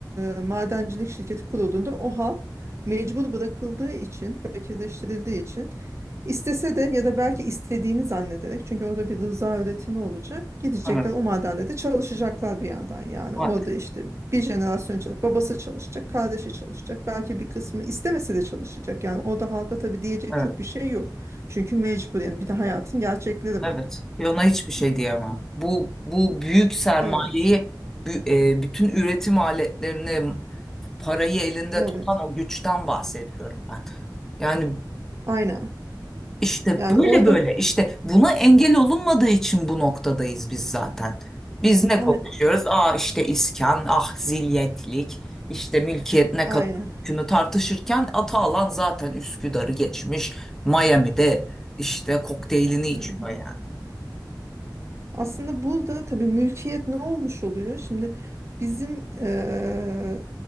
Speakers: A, on the right; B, in the centre.
A: e, madencilik şirketi kurulduğunda o halk mecbur bırakıldığı için, fakirleştirildiği için istese de ya da belki istediğini zannederek çünkü orada bir rıza üretimi olacak. Gidecekler
B: Evet,
A: o madende de çalışacaklar bir yandan yani.
B: maalesef.
A: Orada işte bir jenerasyon çalışacak, babası çalışacak, kardeşi çalışacak. Belki bir kısmı istemese de çalışacak. Yani orada halka tabii diyecek
B: Evet,
A: çok bir şey yok. Çünkü mecbur yani bir de hayatın gerçekleri
B: evet.
A: var.
B: Ve ona hiçbir şey diyemem. Bu bu büyük sermayeyi
A: Evet,
B: bü- e, bütün üretim aletlerini, parayı elinde
A: evet.
B: tutan o güçten bahsediyorum ben. Yani
A: Aynen.
B: İşte
A: Yani
B: böyle
A: orada
B: böyle işte buna engel olunmadığı için bu noktadayız biz zaten. Biz ne
A: a-
B: konuşuyoruz? Aa işte iskan, ah zilyetlik, işte mülkiyet ne
A: aynen.
B: kadar hükmünü tartışırken Atalan zaten Üsküdar'ı geçmiş. Miami'de işte kokteylini içiyor
A: Hı hı.
B: yani.
A: Aslında burada tabii mülkiyet ne olmuş oluyor? Şimdi bizim eee,